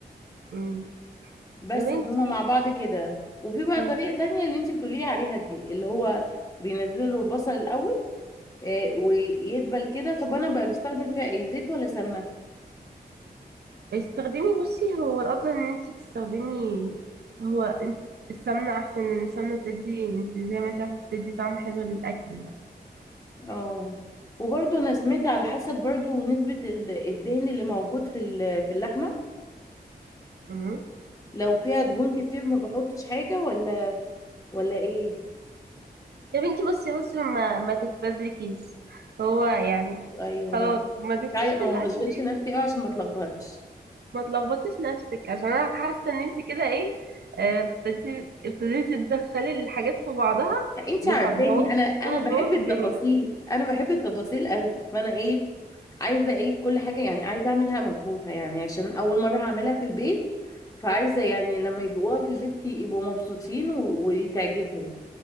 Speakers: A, on the right; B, on the left.
A: مم.
B: بس
A: يا بنتي
B: إن هما مع بعض كده وفي بقى
A: مم.
B: طريقه تانية اللي انت بتقولي لي عليها دي اللي هو بينزلوا البصل الاول آه ويدبل كده طب انا بقى بستخدم فيها ايه زيت ولا سمنه
A: استخدمي بصي هو الافضل ان انت تستخدمي هو انت السمنه احسن لان السمنه بتدي انت زي ما انت عارفه بتدي طعم حلو للاكل يعني
B: اه وبرضه انا سمعت على حسب برضه نسبه ال- الدهن اللي موجود في ال- في اللحمه
A: مم.
B: لو فيها دهون كتير ما بحطش حاجة ولا ولا ايه
A: يا بنتي بصي بصي ما ما تتفزلكيش هو يعني
B: ايوه
A: خلاص
B: ماشي
A: ما تفتيش
B: تعالي-
A: في
B: اه
A: الاكل
B: ما اشغلش نفسي اه عشان ما اتلخبطش
A: ما تلخبطيش نفسك عشان انا حاسه ان انت كده ايه آه، ابتديتي ابتديتي تدخلي الحاجات في بعضها
B: انت
A: وهتبوظ
B: عارفاني انا انا
A: وهتبوظ
B: بحب التفاصيل
A: الدنيا
B: انا بحب التفاصيل قوي فانا ايه عايزه ايه كل حاجه يعني عايزه اعملها مظبوطه يعني عشان اول مره هعملها في البيت فعايزه يعني لما يدوقوها في البيت يبقوا مبسوطين و- وتعجبهم